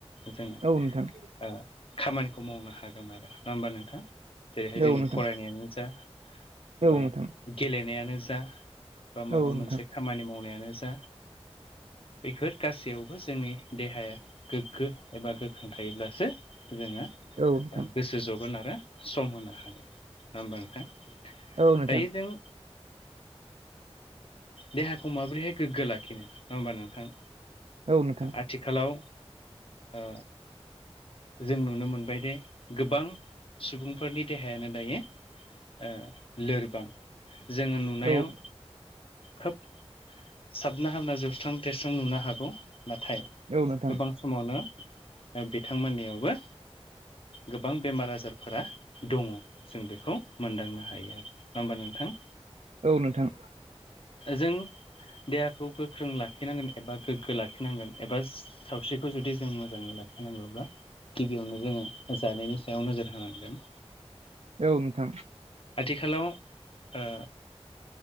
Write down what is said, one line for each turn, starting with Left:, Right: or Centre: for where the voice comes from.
Left: जों
Right: औ नोंथां।
Left: ओ खामानिखौ मावनो हागोन आरो नङा होमबा नोंथां? जेरैहाय जोंनि
Right: औ नोंथां
Left: फरायनायानो जा
Right: औ
Left: बा
Right: नोंथां
Left: गेलेनायानो जा बा माबा
Right: औ
Left: मोनसे
Right: नोंथां
Left: खामानि मावनायानो जा बेफोर गासैयावबो जोंनि देहाया गोग्गो एबा गो ख्रों थायोब्लासो जोङो
Right: औ नोंथां
Left: गोसो जगोन आरो सम होनो हागोन नङा होमबा नोंथां।
Right: औ नोंथां
Left: दायो जों देहाखौ माबोरैहाय गोग्गो लाखिनो नङा होमबा नोंथां।
Right: औ नोंथां
Left: आथिखालाव ओ जों नुनो मोनबायदे गोबां सुबुंफोरनि देहायानो दायो ओ लोरबां। जोङो नुनायाव
Right: औ
Left: खोब साबना हामना जौस्रां देस्रां नुनो हागौ। नाथाय
Right: औ नोंथां।
Left: गोबां समावनो बिथांमोननियावबो गोबां बेमार आजारफोरा दङ। जों बेखौ मोनदांनो हायो आरो नङा होमबा नोंथां?
Right: औ नोंथां।
Left: जों देहाखौ गोख्रों लाखिनांगोन एबा गोग्गो लाखिनांगोन एबा सावस्रिखौ जुदि जों मोजाङै लाखिनांगौब्ला गिबियावनो जोङो जानायनि सायाव नोजोर होनांगोन।
Right: औ नोंथां।
Left: आथिखालाव ओ